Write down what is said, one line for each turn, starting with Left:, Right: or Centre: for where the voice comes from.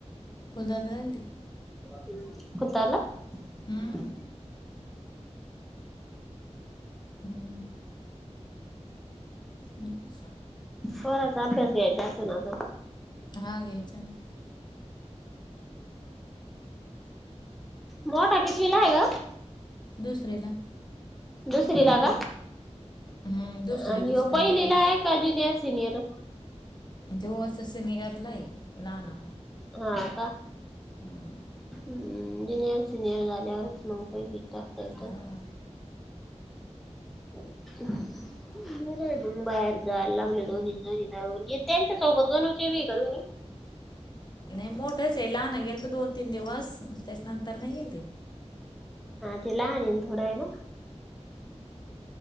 Left: कुलरलाडी
Centre: हम्म कुंतला
Left: हम्म.
Centre: <unintelligible> ह्
Left: हम्म हम्म.
Centre: पोरांचा अभ्यास घ्यायचा असतो ना माझा.
Left: हा ग्याचाना.
Centre: मोठा कितीवीला ये ग?
Left: दुसरेला.
Centre: दुसरी ला का?
Left: हम्म दुसरी
Centre: आणि
Left: दुसरीला
Centre: हो पहिलीला
Left: गेला
Centre: आहे का ज्युनियर सिनियर?
Left: तो असं सिनियरला आहे लहाना.
Centre: हा का?
Left: हम्म.
Centre: जुनियर सिनियर झाल्यावरच मग पहिलित टाकता येतं
Left: हा
Centre: ना.... <unintelligible> बरे मग बाहेर जायला लागले, दोनच दो् त्यांच्या सोबत गणूची भी आहे का दोनी?
Left: <unintelligible> मोठच आहे लहान गेल तर दोन तीन दिवस त्याच्यानंतर नाही येईल ते,
Centre: तिला हा... थोडा आहे ना